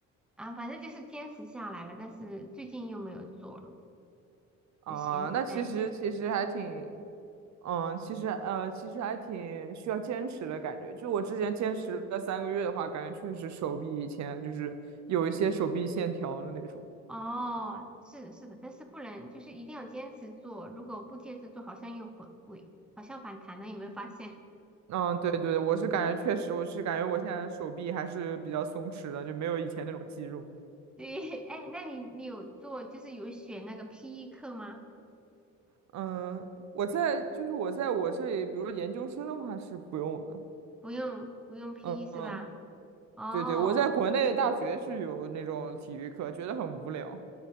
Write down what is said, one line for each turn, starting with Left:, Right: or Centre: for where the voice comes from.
Centre: 啊，反正就是坚持下来了，但是最近又没有做了，
Right: 啊、
Centre: 就闲置在家。
Right: 那其实其实还挺，嗯，其实呃，其实还挺需要坚持的感觉。就我之前坚持了三个月的话，感觉确实手臂以前就是有一些手臂线条的那种。
Centre: 哦，是的，是的，但是不能，就是一定要坚持做。如果不坚持做，好像又会会，好像反弹了，有没有发现？
Right: 嗯，对对，我是感觉确实，我是感觉我现在手臂还是比较松弛的，就没有以前那种肌肉。
Centre: <laughs> 对，哎，那你你有做，就是有选那个 PE 课吗？
Right: 嗯，我在就是我在我这里，比如研究生的话是不用的。
Centre: 不用，不用 PE
Right: 嗯嗯，
Centre: 是吧？哦
Right: 对对，我在国内大学是有那种体育课，觉得很无聊。